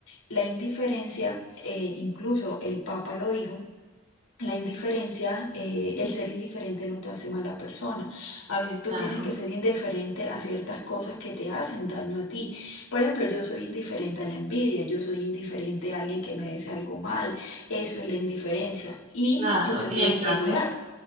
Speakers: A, on the left; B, on the right.
A: la indiferencia, eh, incluso el Papa lo dijo, la indiferencia, eh, el ser indiferente no te hace mala persona. A veces tú
B: Claro,
A: tienes que ser indiferente a ciertas cosas que te hacen daño a ti. Por ejemplo, yo soy indiferente a la envidia, yo soy indiferente a alguien que me desea algo mal. Eso es la indiferencia. Y
B: claro,
A: tú te
B: en
A: tienes
B: el caso.
A: que cuidar.